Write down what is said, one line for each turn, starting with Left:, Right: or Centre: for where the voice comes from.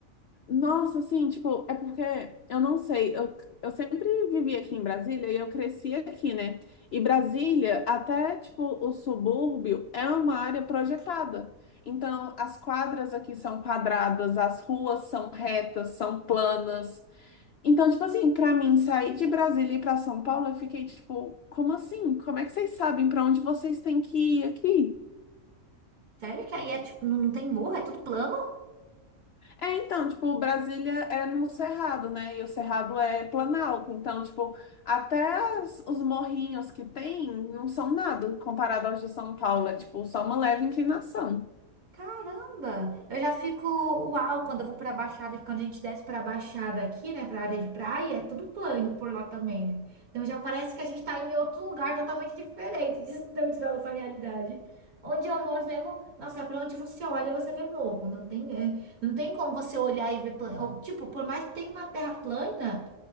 Left: Nossa, assim, tipo, é porque eu não sei, eu, eu sempre vivi aqui em Brasília e eu cresci aqui, né? E Brasília, até tipo o subúrbio, é uma área projetada. Então, as quadras aqui são quadradas, as ruas são retas, são planas. Então, tipo assim, pra mim sair de Brasília e ir pra São Paulo, eu fiquei tipo, como assim? Como é que vocês sabem pra onde vocês têm que ir aqui?
Right: Sério que aí é tipo, não, não tem morro, é tudo plano?
Left: É, então, tipo, Brasília é no Cerrado, né? E o Cerrado é Planalto. Então, tipo, até as- os morrinhos que tem não são nada comparado aos de São Paulo. É, tipo, só uma leve inclinação.
Right: Caramba! Eu já fico uau quando eu vou pra Baixada, que quando a gente desce pra Baixada aqui, né, pra área de praia, é tudo plano por lá também, né? Então já parece que a gente tá em outro lugar totalmente diferente, <laughs> distante da nossa realidade. Onde eu moro mesmo, nossa, pra onde você olha, você vê morro. Não tem, é, não tem como você olhar e ver plano. Ou, Tipo, por mais que tenha uma terra plana,